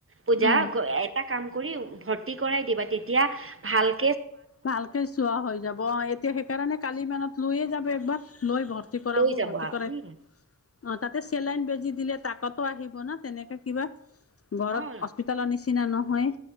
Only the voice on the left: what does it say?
উম
ভালকে চোৱা হৈ যাব। অহ' এতিয়া সেইকাৰণে কালি মানত লৈয়ে যাব একবাৰ। লৈ ভৰ্তি কৰাব,
ভৰ্তি কৰাই।
অহ' তাতে চেলাইন বেজি দিলে, তাকতো আহিব ন তেনেকে কিবা ঘৰত,
হস্পিতালৰ নিচিনা। নিচিনা নহয়।